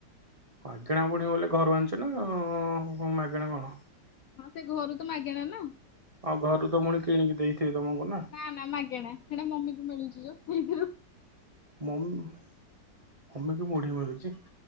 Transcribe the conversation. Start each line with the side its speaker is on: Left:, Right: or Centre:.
Right: ମାଗଣା ମୁଢ଼ୀ ବୋଲେ ଘରୁ ଆଣିଛ ନା ମାଗେଣା କଣ
Left: ହଁ ସେ ଘରୁ ତ ମାଗେଣା ନା
Right: ହଁ ଘରୁ ତ ପୁଣି କିଣିକି ଦେଇ ଥିବେ ତମକୁ ନା
Left: ନା ନା ମାଗେଣା ହେଟା ମମି କୁ ମିଳୁଛୁ ଯୋଉ ହେଇଥିରୁ
Right: ମମି କୁ ମୁଢ଼ି ମିଳୁଛି?